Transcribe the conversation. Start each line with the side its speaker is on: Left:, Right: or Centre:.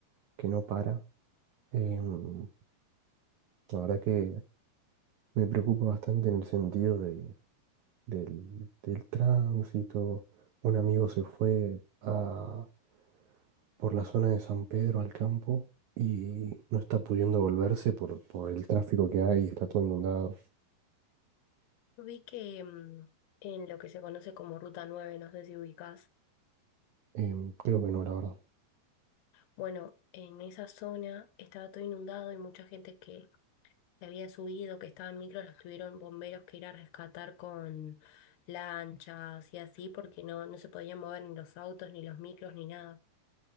Right: que no para. Em, la verdad que me preocupa bastante en el sentido de, del, del tránsito. Un amigo se fue a, por la zona de San Pedro al campo y no está pudiendo volverse por, por el tráfico que hay, está todo inundado.
Left: Yo vi que mm, en lo que se conoce como Ruta 9, no sé si ubicás,
Right: Em, creo que no, la verdad.
Left: bueno, en esa zona estaba todo inundado y mucha gente que que había subido, que estaba en micro, los tuvieron bomberos que ir a rescatar con lanchas y así, porque no, no se podían mover ni los autos, ni los micros, ni nada.